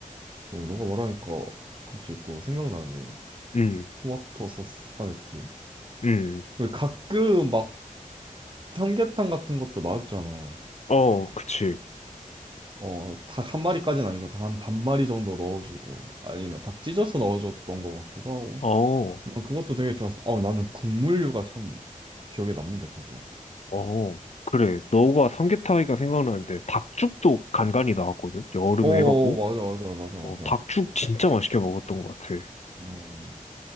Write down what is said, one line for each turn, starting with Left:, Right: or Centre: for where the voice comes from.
Right: 어, 너가 말하니까 갑자기 또 생각나네.
Left: 응,
Right: 토마토 소스 스파게티.
Left: 응.
Right: 그리고 가끔 막 삼계탕 같은 것도 나왔잖아.
Left: 어, 그치.
Right: 어, 닭 한 마리까지는 아니고 닭 한 반 마리 정도 넣어주고 아니면 닭 찢어서 넣어줬던 것 같기도 하고.
Left: 어,
Right: 난 그것도 되게 좋았어. 어, 나는 국물류가 참 기억에 남는다, 계속.
Left: 어. 그래. 너가 삼계탕이니까 생각나는데, 닭죽도 간간히 나왔거든? 여름에
Right: 오,
Left: 해가고.
Right: 맞아, 맞아, 맞아, 맞아.
Left: 어, 닭죽 진짜 맛있게 먹었던 것 같아.
Right: 어,